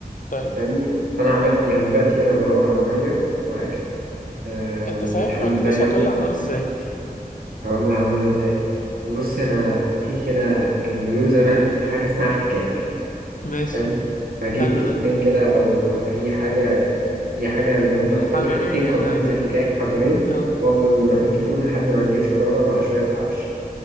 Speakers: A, on the left; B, on the right.
A: طيب
B: فاهمني فأنا عملت يعني دلوقتي أنا بدور على مية وأكل آه
A: انت
B: والحمد
A: صحيح ما قلتليش
B: لله يعني
A: هتولع نار ازاي
B: هقول لك هنعمل إزاي بص أنا في كده كانوا بيقولوا زمان في حاجة اسمها احتكاك
A: ماشي
B: حلو أجيب
A: حلو
B: طوبتين
A: ده
B: كده أو أي حاجة أي حاجة اللي هم أي
A: حجرين
B: حاجتين
A: يعني
B: قابلين
A: عادي
B: للاحتكاك حجرين
A: اه
B: وأفضل أحك فيهم لحد ما نجيب شرارة مع شوية عفش